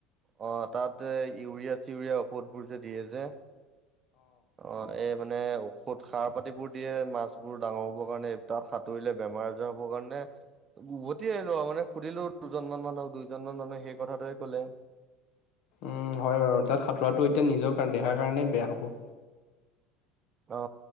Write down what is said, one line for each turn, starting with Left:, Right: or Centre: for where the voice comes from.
Right: অ তাত ইউৰিয়া- চিউৰিয়া ঔষধবোৰ যে দিয়ে যে অ এই মানে ঔষধ সাৰ পাতিবোৰ দিয়ে, মাছ বোৰ ডাঙৰ হ'বৰ কাৰণে, তাত সাঁতুৰিলে বেমাৰ আজাৰ হব কাৰ উভতি আহিলো আৰু মানে সুধিলো দুজনমান মানুহক দুইজন মান মানুহে সেই কথাটোৱে কলে।
Left: উম হয় বাৰু তাত সাঁতোৰাটো এতিয়া নিজৰ দেহাৰ কাৰণে বেয়া হ'ব।
Right: অ